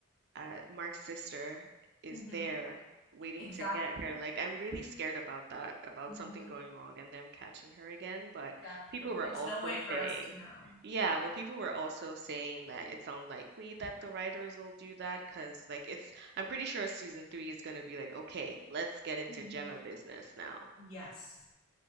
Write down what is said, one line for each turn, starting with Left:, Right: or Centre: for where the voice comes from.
Right: uh, Mark's sister is
Left: hmm
Right: there waiting
Left: Exactly.
Right: to get her. Like, I'm really scared about that, about
Left: hmm
Right: something going wrong and them catching her again. But
Left: Exactly.
Right: people were
Left: There's
Right: also
Left: no way for
Right: saying,
Left: us to know.
Right: yeah, but people were also saying that it's unlikely that the writers will do that because, like, it's, I'm pretty sure season three is going to be like, okay, let's get into
Left: hmm
Right: Gemma business now.
Left: Yes.